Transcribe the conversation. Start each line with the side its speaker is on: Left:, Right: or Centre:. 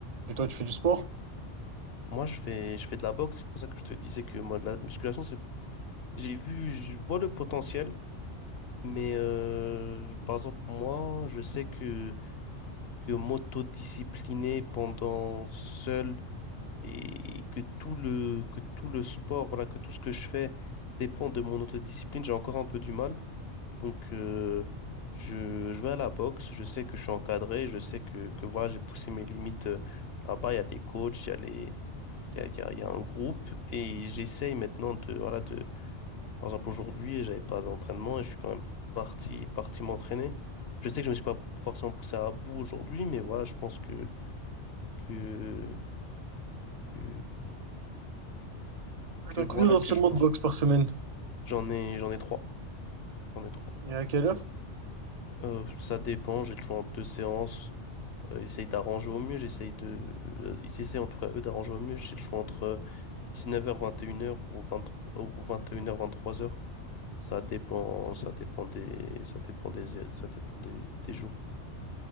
Right: Et toi, tu fais du sport?
Left: Moi, je fais je fais de la boxe, c'est pour ça que je te disais que moi, de la musculation, c'est j'ai vu, je vois le potentiel, mais euh, je- par exemple moi, je sais que que m'autodiscipliner pendant seul et que tout le, que tout le sport, voilà, que tout ce que je fais dépend de mon autodiscipline, j'ai encore un peu du mal. Donc, euh, je, je vais à la boxe, je sais que je suis encadré, je sais que, que voilà, j'ai poussé mes limites euh, là-bas, il y a des coachs, il y a les, il y a, il y a- il y a un groupe, et j'essaye maintenant de, voilà, de, par exemple, aujourd'hui, j'avais pas d'entraînement et je suis quand même parti, parti m'entraîner. Je sais que je me suis pas forcément poussé à bout aujourd'hui, mais voilà, je pense que, que, que, que
Right: T'as
Left: voilà,
Right: combien d'entraînements
Left: que je pense.
Right: de boxe par semaine?
Left: J'en ai, j'en ai trois. J'en ai trois.
Right: Et à quelle heure?
Left: Euh, ça dépend, j'ai le choix en deux séances. Euh, ils essayent d'arranger au mieux, j'essaye de. euh, ils essayent en tout cas, eux, d'arranger au mieux. J'ai le choix entre 19h, 21h ou 23, ou 21h, 23h. Ça dépend, ça dépend des, ça dépend des, ça dépend des, des jours.